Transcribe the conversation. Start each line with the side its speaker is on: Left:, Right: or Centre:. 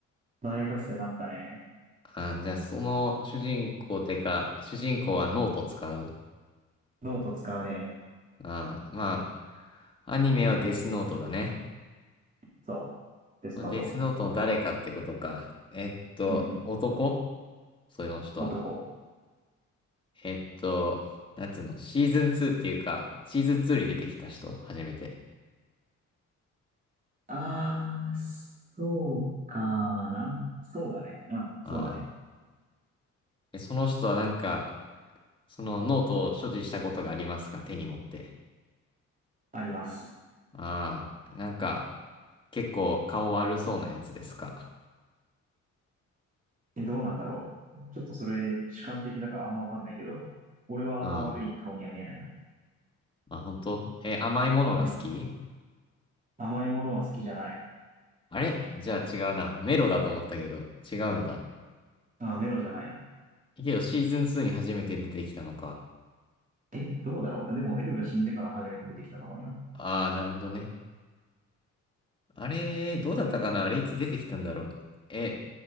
Right: 大学生になったね。
Left: あじゃあ、その主人公てか、主人公はノート使う
Right: ノート使うね。
Left: あまあ、アニメはデスノートだね。
Right: そう。デスノート。
Left: まあ、デスノートの誰かってことか。えっと、
Right: うん。
Left: 男それの人は。
Right: 男。
Left: えっと、なんつうの、シーズン2っていうか、シーズン2に出てきた人、初めて。
Right: あー、そうかな。そうだね。うん、
Left: ああ。
Right: そうだね。
Left: え、その人はなんか、そのノートを所持したことがありますか手に持って。
Right: あります。
Left: ああ。なんか、結構顔悪そうなやつですか。
Right: え、どうなんだろう。ちょっとそれ、主観的だからあんまわかんないけど、俺はあんま悪い顔には見えないな。
Left: あ、本当え、甘いものが好き
Right: うん。甘いものは好きじゃない。
Left: あれじゃあ違うな。メロだと思ったけど、違うんだ。
Right: あ、メロじゃないな。
Left: けどシーズン2に初めて出てきたのか。
Right: え、どうだろう。でも、エルが死んでから初めて出てきたと思うよ。
Left: ああ、なるほどね。あれ、どうだったかなあれいつ出てきたんだろう。え、